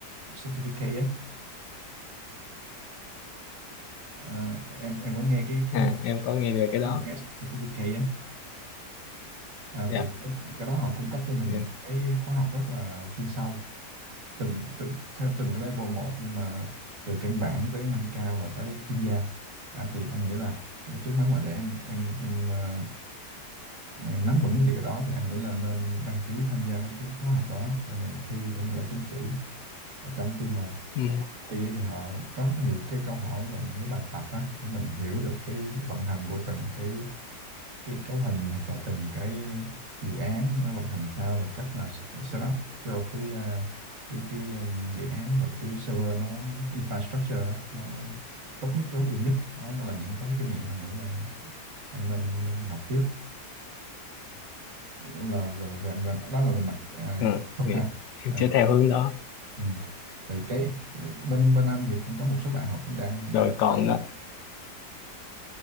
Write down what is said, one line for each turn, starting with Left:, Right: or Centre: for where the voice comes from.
Right: certificate á Ờ, em em có nghe cái khái
Left: à
Right: niệm
Left: em
Right: chưa?
Left: có nghe về
Right: AWS
Left: cái đó
Right: certificate á à,
Left: dạ
Right: thì cái, cái đó họ cung cấp cho mình
Left: dạ.
Right: những cái khóa học rất là chuyên sâu từng từ, theo từng cái level một nhưng mà từ căn bản tới nâng cao và tới chuyên gia à, thì anh nghĩ là ờ, trước mắt mà để em em em ờ, nắm vững về cái đó thì anh nghĩ là nên đăng ký tham gia mấy cái khóa học đó rồi mình thi để mình lấy chứng chỉ và trong khi mà
Left: ừ,
Right: trong quá trình thi ấy thì họ có rất là nhiều cái câu hỏi và những cái bài tập á để mình hiểu được cái, cái vận hành của từng cái cái cấu hình hoặc là từng cái dự án nó vận hành sao và cách nào se- set up cho cái à, cái cái um, dự án và cái server nó infrastructure á, nó tốt nhất tối ưu nhất đó, đó là những cái kinh nghiệm mà nghĩ là em nên nên học trước là về về, về đó là về mặt à,
Left: ừ.
Right: thuật
Left: thì
Right: ha
Left: em
Right: à,
Left: sẽ theo hướng đó
Right: ừ. thì cái bên bên anh thì cũng có một số bạn họ cũng đang đang
Left: rồi
Right: học
Left: còn
Right: đó
Left: à,